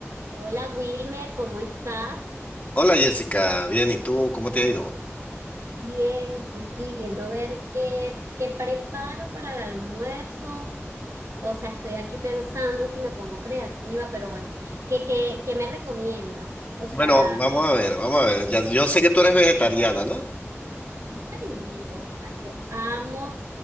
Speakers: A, on the right; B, on the left.
A: Hola Wilmer, ¿cómo estás?
B: Hola Jessica, bien, ¿y tú cómo te ha ido?
A: Bien, aquí viendo a ver qué, qué preparo para el almuerzo. O sea, estoy aquí pensando si me pongo creativa, pero bueno, ¿qué, qué, qué me recomiendas? O
B: Bueno,
A: sea,
B: vamos a ver, vamos a ver. Ya, yo sé que tú eres vegetariana, ¿no?
A: <laughs> ay, mi loca, yo amo,